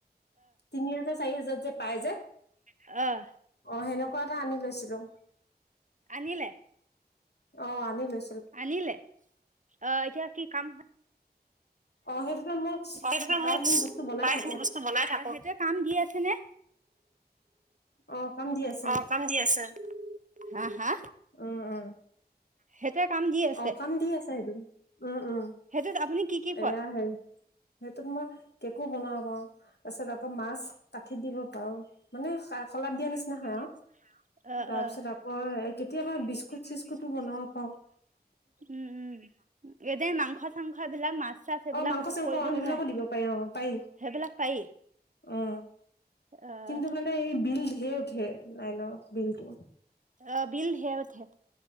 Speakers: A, on the left; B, on the right.
A: তিনি হাজাৰ, চাৰি হাজাৰ যে পাই যে?
B: অ'!
A: অ'! সেনেকুৱা এটা আনি লৈছিলোঁ।
B: আনিলে?
A: অ'! আনি লৈ
B: আনিলে। অ'! এতিয়া কি কাম হয়।
A: <inaudible> অ'! সেইটোতো মোক,
B: অ সেইটো
A: প্ৰায়খিনি
B: মই
A: বস্তু বনাই
B: প্ৰায়খিনি
A: থাকোঁ।
B: বস্তু বনাই থাকো সেইটোৱে কাম দি আছে নে
A: অ'! কাম দি আছে।
B: অ কাম দি আছে হা হা
A: উম! উম!
B: সেইটোৱে কাম দি আছে
A: অ'! কাম দি আছে সেইটোৰে। উম, উম,
B: সেইটোত আপুনি কি কি
A: এয়া
B: কৰে
A: হে সেইটোত মই কেকো বনাব পাৰোঁ। তাৰপিছত, আকৌ মাছ কাঠিত দিব পাৰোঁ। মানে, শলাত দিয়া নিচিনা
B: খলা
A: হয়
B: দিয়া
A: আৰু।
B: নিচিনা হাঁহ
A: তাৰপিছত,
B: অ', অ'।
A: আকৌ
B: তাৰপিছত আকৌ
A: কেতিয়াবা বি বিস্কুট
B: কেতিয়াবা
A: চিস্কুতো
B: বিস্কুট
A: বনাব
B: চিস্কুটো
A: পাওঁ।
B: বনাও। উম, উম, এ <unintelligible> মাংস, চাংস এইবিলাক মাছ চাছ এইবিলাক
A: অ মাংস চাংস
B: কৰিব
A: আহ সেইবিলাকো
B: নোৱাৰে
A: দিব পাৰি অ পাৰি
B: সেইবিলাক পাৰি
A: অ।
B: অ',
A: কিন্তু মানে এই বিল ধেৰ উঠে লাইনৰ বিলটো।
B: অ বিল ধেৰ উঠে।